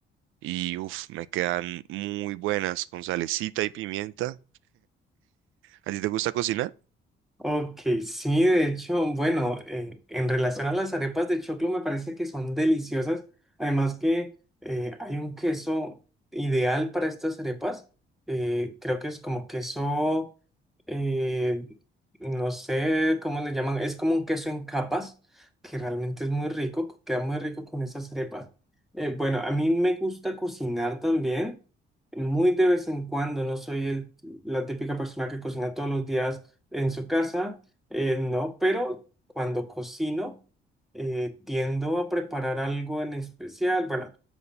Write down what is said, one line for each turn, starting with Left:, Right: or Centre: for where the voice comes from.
Right: Y uff, me quedan muy buenas con salecita y pimienta. ¿A ti te gusta cocinar?
Centre: Ok, sí, de hecho, bueno, eh, en relación a las arepas de choclo me parece que son deliciosas. Además que eh, hay un queso ideal para estas arepas. eh, creo que es como queso, eh, no sé cómo le llaman, es como un queso en capas, que realmente es muy rico, co- queda muy rico con estas arepas. Eh, bueno, a mí me gusta cocinar también, muy de vez en cuando, no soy el- la típica persona que cocina todos los días en su casa, eh, no, pero cuando cocino, eh, tiendo a preparar algo en especial. Bueno,